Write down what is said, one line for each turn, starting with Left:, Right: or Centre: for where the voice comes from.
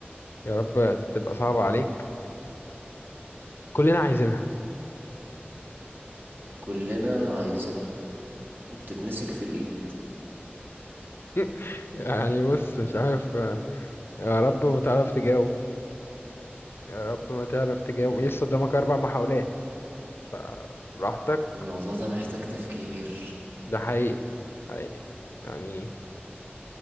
Left: يا رب تبقى صعبة عليك كلنا عايزينها
Right: كلنا عايزينها وبتتمسك في الايد
Left: <laughs> يعني بص مش عارف آه، يا رب ما تعرف تجاوب يا رب ما تعرف تجاوب لسه قدامك اربع محاولات فبراحتك
Right: الموضوع ده محتاج تفكير
Left: ده حقيقي حقيقي يعني